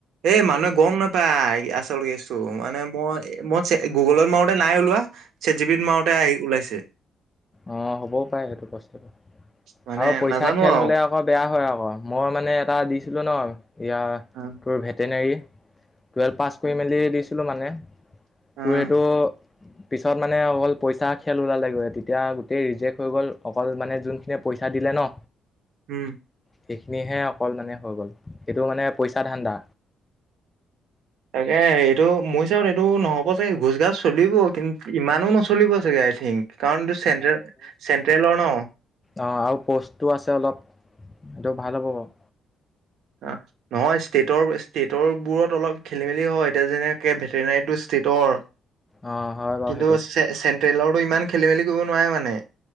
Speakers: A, on the right (about 80°); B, on the left (about 20°).
A: এ মানুহে গম নোপায় আচল কেচটো মানে মই মই গুগলত মাৰতে নাই ওলোৱা। চেট জীবিন মাৰোতে আহি ওলাইছে।
B: অ, হ'বও পাৰে সেইটো বস্তু।
A: মানে
B: আৰু পইচা
A: নাজানো
B: খেল
A: আৰু
B: হলে আকৌ বেগয়া হয় আকৌ মই মানে এটা দিছিলো ন। ইয়া
A: অ',
B: তোৰ ভেটেনেৰী টুৱেলভ পাছ কৰি মেলি দিছ মানে
A: অ',
B: তোৰ সেইটো পিছত মানে অকল পইচা খেল ওলালেগৈ। এতিয়া গোটেই ৰিজেক্ট হৈ গ'ল অকল মানে যোনখিনিয়ে পইচা দিলে ন।
A: উম।
B: সেইখিনিহে অকল মানে হৈ গ'ল সেইটো মানে পইচা ধান্দা।
A: তাকে এইটো মোৰ ওাত এইটো নহ'ব চাগে ঘোচ গছ চলিব কিন্তু ইমানো নচলিব চাগে। থং কাৰণ ত চেন্ট্ৰেল - চেন্ট্ৰেলৰ ন।
B: অ, আৰু প'ষ্টটো আছে অলপ সেইটো ভাল হ'ব বাৰু।
A: অ, নহয় ষ্টেটৰ -ষ্টেটৰ বোৰত অলপ খেলি মেলি হয় এতিয়া যেনেকে ভেটেনাৰীটো ষ্টেটৰ
B: অঁ হয় বাৰু
A: কিন্তু
B: সেইটো
A: চেন্ট্ৰেলৰো ইমান খেলি মেলি কৰিব নোৱাৰে মানে।